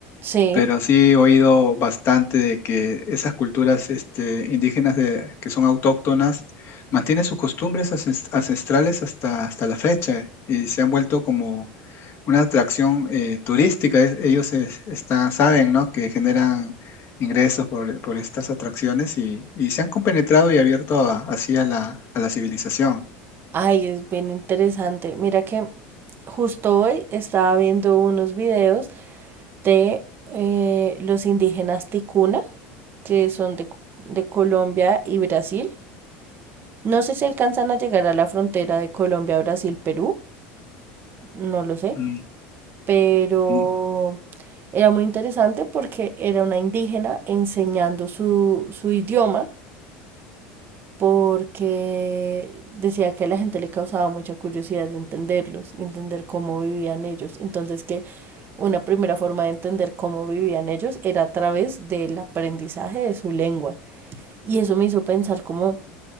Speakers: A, on the right (about 40°); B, on the left (about 50°).
A: Sí,
B: pero sí he oído bastante de que esas culturas este, indígenas de, que son autóctonas mantienen sus costumbres ancest- ancestrales hasta, hasta la fecha y se han vuelto como una atracción eh, turística. Es- ellos es- están, saben, ¿no? que generan ingresos por, por estas atracciones y, y se han compenetrado y abierto a- así a la, a la civilización.
A: ay, es bien interesante. Mira que justo hoy estaba viendo unos videos de eh, los indígenas Ticuna, que son de, de Colombia y Brasil. No sé si alcanzan a llegar a la frontera de Colombia, Brasil, Perú, no lo sé,
B: Mm,
A: pero
B: mm.
A: era muy interesante porque era una indígena enseñando su, su idioma porque decía que a la gente le causaba mucha curiosidad de entenderlos y entender cómo vivían ellos. Entonces que Una primera forma de entender cómo vivían ellos era a través del aprendizaje de su lengua. Y eso me hizo pensar cómo,